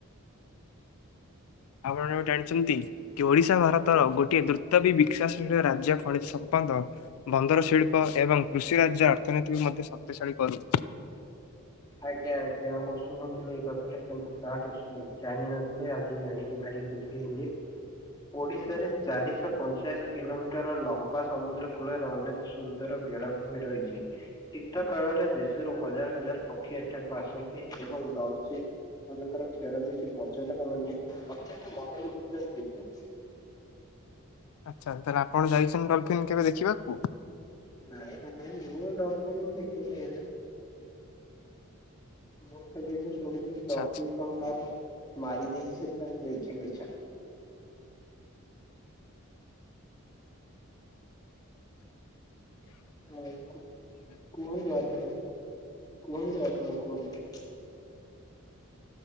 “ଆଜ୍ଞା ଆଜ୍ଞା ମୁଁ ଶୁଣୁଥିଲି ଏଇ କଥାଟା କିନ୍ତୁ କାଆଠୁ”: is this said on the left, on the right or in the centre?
Left